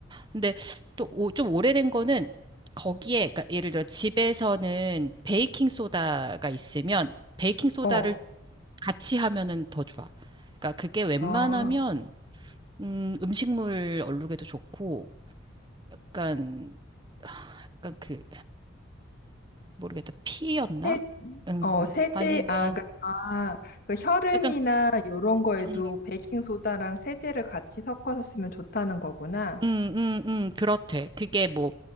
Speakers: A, on the right; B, on the left.
A: 근데 또 좀 오래된 거는 거기에, 그러니까 예를 들어 집에서는 베이킹 소다가 있으면 베이킹 소다를
B: 어,
A: 같이 하면은 더 좋아. 그러니까 그게 웬만하면
B: 아,
A: 음, 음식물 얼룩에도 좋고 약간 약간 그 모르겠다 피였나?
B: 세,
A: 음,
B: 어, 세제,
A: 아니면
B: 아, 그러니까, 아, 그 혈흔이나
A: 약간
B: 요런 거에도
A: 음,
B: 베이킹소다랑 세제를 같이 섞어서 쓰면 좋다는 거구나.
A: 음, 음, 음, 그렇대. 그게 뭐,